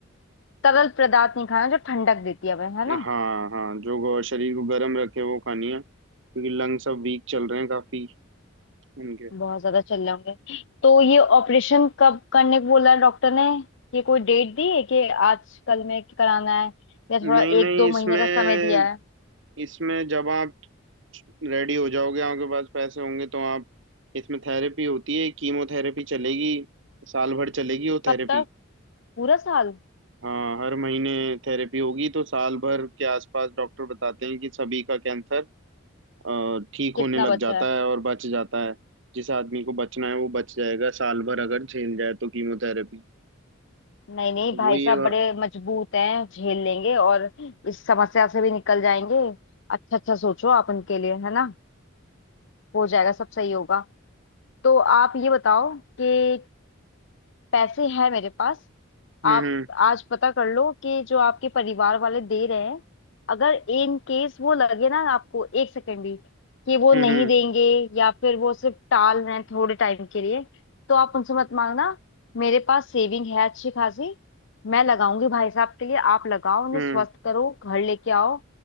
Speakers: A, on the left (about 60°); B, on the right (about 60°).
A: तरल पदार्थ नहीं खाना जो ठंडक देती है हमें है ना
B: हाँ हाँ जो गो- शरीर को गर्म रखे वो खानी है क्योंकि लंग्स अब वीक चल रहे हैं काफी उनके
A: बहुत ज्यादा चल रहे होंगे तो ये ऑपरेशन कब करने को बोला है डॉक्टर ने ये कोई डेट दी है कि आज कल में कराना है या थोड़ा
B: नहीं नहीं
A: एक दो
B: इसमें
A: महीने का समय दिया है
B: इसमें जब आप रेडी हो जाओगे आपके पास पैसे होंगे तो आप इसमें थेरेपी होती है कीमोथेरेपी चलेगी साल भर चलेगी वो
A: कब
B: थेरेपी
A: तक पूरा साल
B: हाँ हर महीने थेरेपी होगी तो साल भर के आसपास डॉक्टर बताते हैं कि सभी का कैंसर अ, ठीक
A: कितना
B: होने लग
A: बचा
B: जाता
A: है
B: है और बच जाता है जिस आदमी को बचना है वो बच जाएगा साल भर अगर झेल जाए तो कीमोथेरेपी
A: नहीं नहीं भाई
B: वही
A: साहब
B: है बा-
A: बड़े मजबूत हैं झेल लेंगे और इस समस्या से भी निकल जाएंगे अच्छा अच्छा सोचो आप उनके लिए है ना हो जाएगा सब सही होगा तो आप ये बताओ कि पैसे हैं मेरे पास
B: हम्म
A: आप आज पता कर लो कि जो आपके परिवार वाले दे रहे हैं अगर इन केस वो लगे ना आपको एक सेकंड भी कि वो
B: हम्म
A: नहीं
B: हम्म
A: देंगे या फिर वो सिर्फ टाल रहे हैं थोड़े टाइम के लिए तो आप उनसे मत मांगना मेरे पास सेविंग है अच्छी खासी मैं लगाऊंगी भाई साहब के लिए आप लगाओ उन्हें
B: हम्म
A: स्वस्थ करो घर लेके आओ